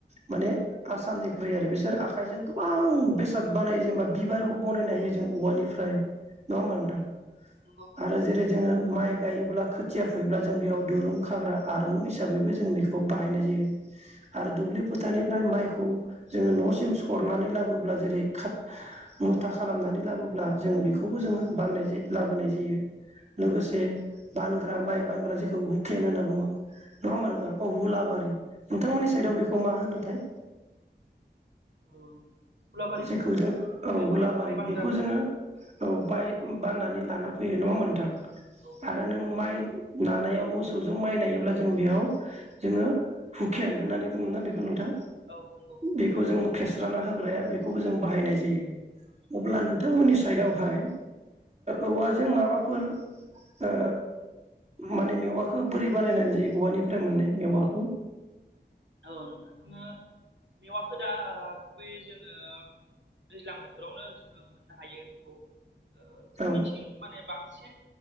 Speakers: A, on the right; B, on the right.
A: माने आसामनिख्रुइ आरो बिसोर आखाइजों गोबां बेसाद बानाय जेनेबा बिबारबो बानायनो हायो जों औवानिफ्राय नङा होमबा नोंथां?
B: नंगौ
A: आरो जेरै जोङो माइ गायोब्ला खोथिया फुैयोब्ला जों बेयाव दुरुं खाग्रा आरं हिसाबैबो जों बेखौ बाहायनाय जायो। आरो दुब्लि फोथारनिफ्राय माइखौ जोङो न'सिम सरनानै लाबोब्ला जेरै खा मुथा खालामनानै लाबोब्ला जोङो बेखौबो जोङो बनाय लाबोनाय जायो लोगोसे बानग्रा माइ बानग्रा जेखौ हुकेन होनना बुङो नङा होमबा नोंथां? अ हुलाबारि नोंथांमोननि
B: नंगौ
A: साइदाव बेखौ मा होनोथाय?
B: औ हुलाबारिखौनो
A: जेखौ
B: होनो नोंथां
A: जों औ
B: बे
A: हुलाबारि
B: माइ माइ बानग्राखौ
A: बेखौ जोङो औ बाय बाननानै लाना फै फैयो नङा होमबा नोंथां?
B: नंगौ
A: आरो नों माइ नानायाव मोसौजों माइ नायोब्ला जों बेयाव जोङो हुकेन होननानै बुङो ना बेखौ नोंथां?
B: औ नंगौ
A: बेखौ जों फेनस्राना होग्राया बेखौ खौबो जों बाहायनाय
B: उम
A: जायो
B: उम
A: अब्ला नोंथांमोननि साइदआवहाय औवाजों माबाफोर ओ माने मेवाखौ बोरै बानायनानै जायो औवानिफ्राय मोननाय मेवाखौ?
B: औ नोंथा जोङो मेवाखौदा ओ गुबैयै जोङो दैज्लां बोथोरावनो जोङो मोननो हायो बेखौ। ओ जोंनिथिं
A: औ
B: माने बांसिन